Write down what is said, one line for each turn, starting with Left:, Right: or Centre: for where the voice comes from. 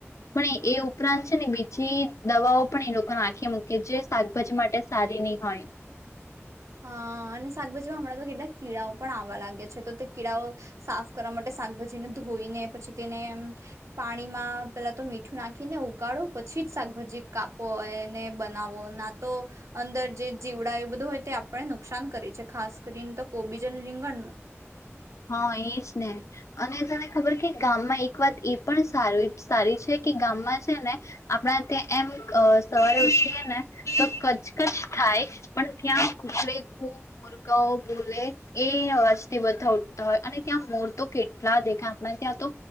Left: પણ એ ઉપરાંત છે ને બીજી દવાઓ પણ એ લોકોને આંખે મૂકી છે શાકભાજી માટે સારી નહી હોય
Right: હા અને શાકભાજીમાં હમણાં તો કેટલાક કીડાઓ પણ આવવા લાગ્યા છે તો તે કીડાઓ સાફ કરવા માટે શાકભાજીને ધોઈને પછી તેને પાણીમાં પેલા તો મીઠું નાખીને ઉગાળો પછી જ શાકભાજી કાપો એને બનાવો ના તો અંદર જે જીવડા એવું બધું હોય તે આપણે નુકસાન કરીે છે ખાસ કરીને તો કોબીજ અને રીંગણનું
Left: હા એ ને અને તણે ખબર કે ગામમાં એક વાત એ પણ સારી છે કે ગામમાં છે ને આપણા ત્યાં એમ અ સાર ઉછઠી ને તો કજકજ થાય પણ ત્યાં ખૂકડ ખૂ મુર્ગાઓ બોલે એ અ વાજથી બધા હોય અને ત્યાં મૂર્ તો કેટલા દેખાય આપણા ત્યાં તો